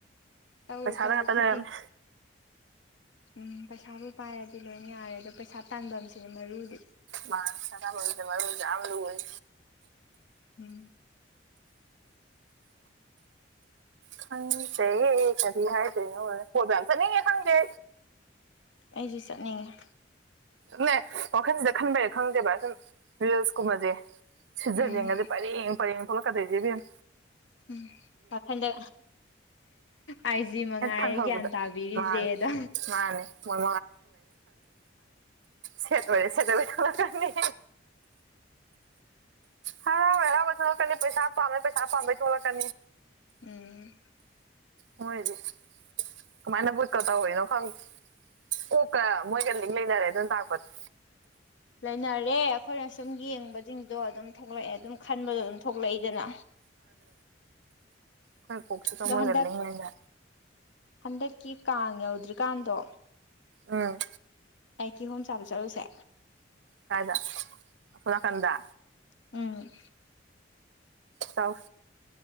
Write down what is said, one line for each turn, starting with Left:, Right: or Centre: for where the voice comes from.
Left: ꯇꯧꯔꯨ
Right: ꯄꯩꯁꯥꯗ
Left: ꯇꯧꯔꯨ
Right: ꯉꯥꯛꯇ
Left: ꯈꯨꯗꯤꯡ
Right: ꯂꯩꯔꯝꯃꯦ
Left: ꯎꯝ ꯄꯩꯁꯥꯕꯨ ꯄꯥꯏꯔꯗꯤ ꯂꯣꯏ ꯌꯥꯔꯦ ꯑꯗꯣ ꯄꯩꯁꯥ ꯇꯥꯟꯐꯝꯁꯦ ꯃꯔꯨꯗꯤ
Right: ꯃꯥꯔꯁꯔꯔꯖꯔ ꯑꯣꯏ
Left: ꯎꯝ
Right: ꯈꯪ ꯀꯦ ꯀꯔꯤ ꯍꯥꯏ ꯀꯣꯏꯝ ꯅ ꯈꯪ ꯀ
Left: ꯑꯩꯁꯨ ꯆꯠ ꯅꯉ
Right: ꯅꯦ ꯋꯥꯈꯜꯁꯤꯗ ꯈꯟꯕꯩꯔ ꯈꯪꯗꯦꯕ ꯁꯨꯝ ꯔꯤꯜꯁꯀꯨꯝꯕꯁꯦ ꯁꯤꯖꯔ
Left: ꯎꯝ
Right: ꯌꯦꯒꯗꯤ ꯄꯔꯦꯡ ꯄꯔꯦꯡ ꯊ ꯊꯣꯛꯂꯛꯀꯗꯩꯗꯒꯤꯦ ꯐ
Left: ꯎꯝ ꯑꯈꯗ ꯑꯩꯁꯤ ꯃꯉꯥꯏꯔ
Right: ꯍꯦꯛ ꯈꯟꯍꯧꯕꯗ
Left: ꯒ꯭ꯌꯥꯟ ꯇꯥꯕꯤꯔꯤꯁꯦ
Right: ꯃꯥꯅꯦ
Left: ꯑꯗꯣ
Right: ꯃꯥꯅꯦ ꯃꯣꯏ ꯁꯦꯠꯕꯨꯔꯤ ꯁꯦꯇꯕꯨ ꯊꯂꯅꯤ ꯍꯥꯏ ꯍꯕ ꯊꯂ ꯄꯩꯁꯥ ꯄꯥꯝ ꯄꯩꯁꯥ ꯄꯥꯝ ꯊꯂ ꯀ
Left: ꯎꯝ
Right: ꯃꯣꯏꯗꯤ ꯀꯃꯥꯏꯅ ꯕꯨꯠꯀ ꯇꯧꯔꯤꯅꯣ ꯈꯪ ꯀꯣꯛꯀ ꯃꯣꯏ ꯂꯩ ꯂꯩꯔꯦ ꯑꯗꯨꯥꯛꯄꯗꯤ
Left: ꯂꯩꯅꯔꯦ ꯑꯩꯈꯣꯏꯅ ꯁꯨꯝ ꯌꯦꯡꯕꯁꯤꯡꯗꯣ ꯑꯗꯨꯝ ꯊꯣꯛꯂꯛꯑꯦ ꯑꯗꯨꯝ ꯈꯟꯕꯗꯣ ꯑꯗꯨꯝ ꯊꯣꯛꯂꯛꯏꯗꯅ
Right: ꯀꯣꯏ ꯄꯣꯛꯁꯨ ꯇ
Left: ꯑꯗꯣ
Right: ꯃ
Left: ꯍꯟꯗꯛ
Right: ꯂꯩ ꯂꯩꯅ
Left: ꯍꯟꯗꯛꯀꯤ ꯀꯥꯡ ꯌꯧꯗ꯭ꯔꯤꯀꯥꯟꯗꯣ
Right: ꯎꯝ
Left: ꯑꯩ ꯀꯤꯍꯣꯝ ꯆꯥꯕ ꯆꯠꯔꯨꯁꯦ
Right: ꯀꯥꯏꯗ ꯐꯅꯥ ꯀꯟꯗ
Left: ꯎꯝ
Right: ꯇꯥꯎ